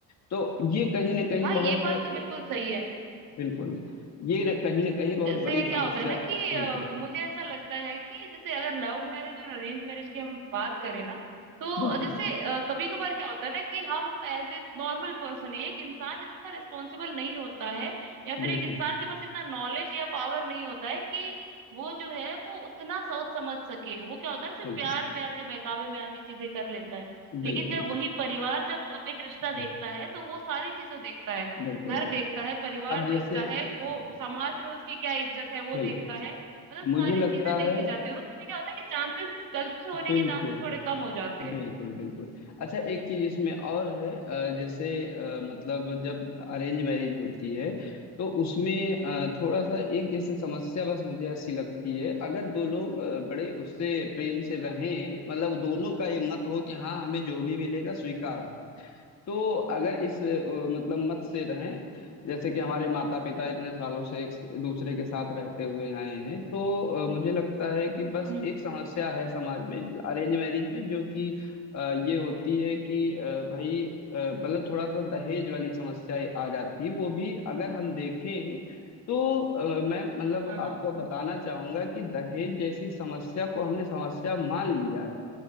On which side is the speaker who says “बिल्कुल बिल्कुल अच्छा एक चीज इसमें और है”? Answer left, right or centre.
Left